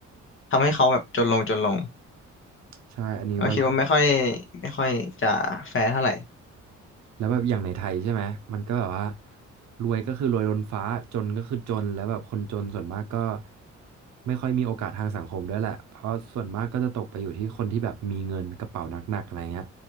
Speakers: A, on the left; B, on the right.
A: ทำให้เขาแบบจนลงจนลง
B: ใช่อันนี้ว่า
A: เราคิดว่าไม่ค่อยไม่ค่อยจะแฟร์เท่าไหร่
B: แล้วแบบอย่างในไทยใช่ไหมมันก็แบบว่ารวยก็คือรวยล้นฟ้าจนก็คือจนแล้วแบบคนจนส่วนมากก็ไม่ค่อยมีโอกาสทางสังคมด้วยแหละเพราะส่วนมากก็จะตกไปอยู่ที่คนที่แบบมีเงินกระเป๋าหนักๆอะไรเงี้ย